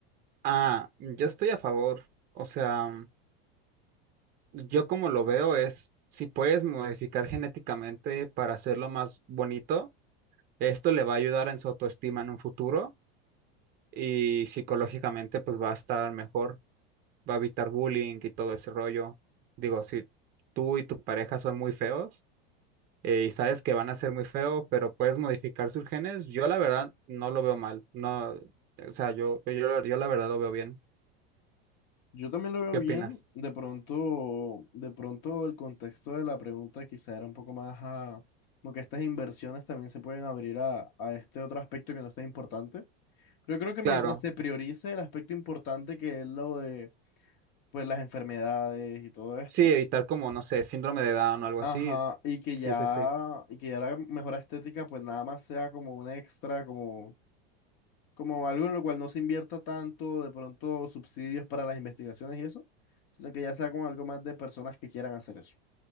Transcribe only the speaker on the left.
Yo también lo veo
bien.
De pronto, de pronto el contexto de la pregunta quizá era un poco más a, como que estas inversiones también se pueden abrir a, a este otro aspecto que no está importante. Pero yo creo que
mientras se priorice el aspecto importante que es lo de pues las enfermedades y todo esto,
ajá,
y que
ya,
y que ya la mejora estética pues nada más sea como un extra, como como algo en lo cual no se invierta tanto de pronto subsidios para las investigaciones y eso, sino que ya sea como algo más de personas que quieran hacer eso.